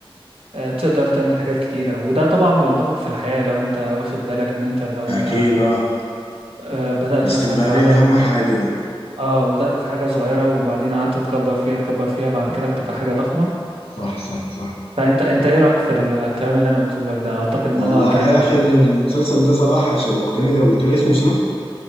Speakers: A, on the right (about 75°); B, on the left (about 85°).
A: آه، تقدر تعمل حاجات كتيرة وده طبعا بينطبق في الحياة لو أنت واخد بالك إن أنت لو
B: اكيد
A: أنت
B: اه
A: آه، بدأت
B: الاستمرارية
A: مثلا في عدد
B: اهم حاجة
A: آه بدأت في حاجة صغيرة وبعدين قعدت تكبر فيها تكبر فيها بعد كده بتبقى حاجة ضخمة
B: صح صح صح
A: فأنت أنت إيه رأيك في الكلام اللي أنا قلته لك ده أعتقد إن
B: والله
A: هو كلام
B: يا
A: غريب
B: اخي المسلسل ده صراحة شوقتني لو قلت لي اسمه شنو؟